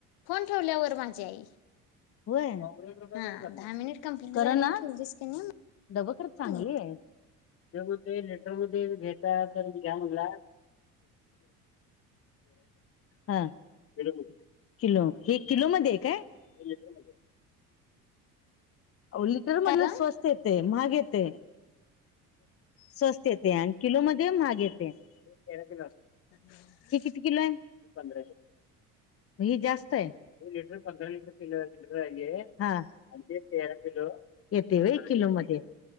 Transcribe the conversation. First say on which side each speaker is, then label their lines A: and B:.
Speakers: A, on the left (about 60°); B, on the left (about 30°).
A: फोन ठेवल्यावर माझी आई
B: होय
A: हा दहा मिनिट कंप्लीट
B: कर
A: झालं
B: ना
A: कणी ठेवलीस कणी
B: डब खर चांगली
A: मग
B: ये ते मग ते लेटर मध्ये घेता तर करून घ्या म्हणला हो किलो हे किलो मध्ये काय? लिटरमध्ये आओ लिटर मधलं
A: काय ग
B: स्वस्त येते महाग येते स्वस्त येते आण किलो मध्ये महाग येते तेरा किलो
A: हम्
B: किती किला आहे पंधरा मग हे जास्त आहे लिटर पंधरा लिटर पंधरा लिटर हाय हे आणि ते तेरा किलो येतय व्हय एक किलो मध्ये